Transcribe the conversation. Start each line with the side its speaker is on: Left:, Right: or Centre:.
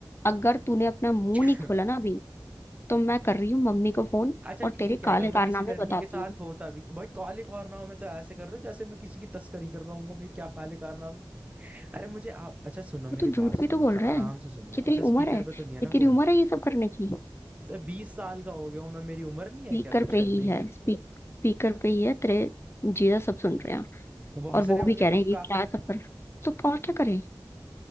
Left: अगर तूने अपना मुंह
Right: <laughs>
Left: नहीं खोला ना अभी तो मैं कर रही हूँ मम्मी को फोन
Right: अच्छा
Left: और
Right: ठीक
Left: तेरे
Right: है
Left: काले
Right: अगर मैं
Left: कारनामे
Right: किसी लड़की
Left: बताती
Right: के साथ
Left: हूँ
Right: होता भी भाई काले कारनामे तो ऐसे कर रहे हो जैसे मैं किसी की तस्करी कर रहा हूँ भाई क्या काले कारनामे अरे मुझे आप अच्छा सुनो
Left: वो
Right: मेरी
Left: तो झूठ
Right: बात सुनो
Left: भी तो बोल
Right: अच्छा
Left: रहा
Right: आराम
Left: है
Right: से सुनो
Left: कितनी
Right: अच्छा
Left: उम्र
Right: स्पीकर
Left: है ये
Right: पे तो नहीं है ना फोन
Left: तेरी उम्र है ये सब करने की
Right: तो बीस साल का हो गया हूँ मैं मेरी उम्र नहीं
Left: स्पीकर
Right: है क्या कुछ
Left: पे
Right: करने
Left: ही है
Right: की
Left: स्पीक स्पीकर पे ही है तेरे जीजा सब सुन रहे हैं
Right: वो हंस
Left: और वो
Right: रहे होंगे
Left: भी कह रहे
Right: पक्का
Left: हैं कि क्या सब कर तो और क्या करें